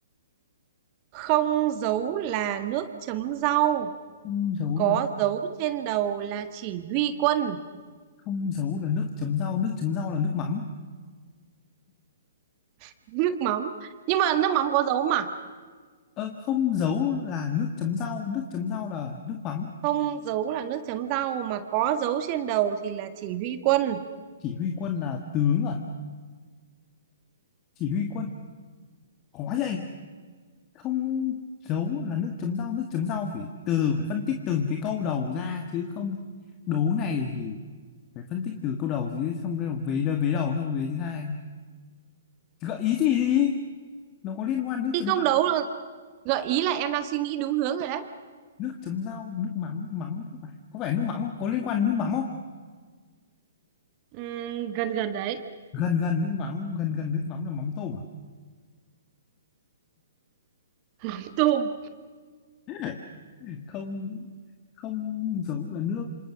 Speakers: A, on the right; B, on the left.
A: không dấu là nước chấm rau
B: không giấu
A: có
B: là
A: dấu trên đầu là chỉ huy quân
B: không giấu là nước chấm rau nước chấm rau là nước mắm
A: <laughs> nước mắm nhưng mà nước mắm có dấu mà
B: ờ, không giấu là nước chấm rau nước chấm rau là nước mắm
A: không dấu là nước chấm rau mà có dấu trên đầu thì là chỉ huy quân
B: chỉ huy quân là tướng à chỉ huy quân khó vậy không giấu là nước chấm rau nước chấm rau phải từ từ phải phân tích từng cái câu đầu ra chứ không đố này thì phải phân tích từ câu đầu chứ xong rồi vế đơn vế đầu xong vế thứ hai Thì gợi ý gì đi nó có liên quan nước
A: Khi
B: chấm
A: không
B: rau
A: đấu là gợi ý là em đang suy nghĩ đúng hướng rồi đấy.
B: nước chấm rau nước mắm mắm có phải có phải nước mắm không có liên quan đến nước mắm không
A: Ừm, gần gần đấy
B: gần gần nước mắm gần gần nước mắm là mắm tôm à
A: <laughs> tùm
B: <laughs> không không giấu là nước